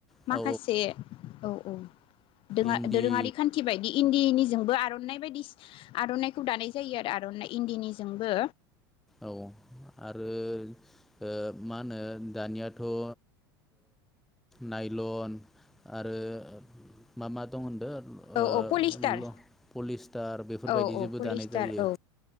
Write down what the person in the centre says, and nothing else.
औ
इन्दि
औ आरो ओ मा होनो दानियाथ' ओ लाइलन आरो मा मा दं होनदों
ओ
ल पलिस्टार बेफोरबायदिजोंबो
दानाय जायो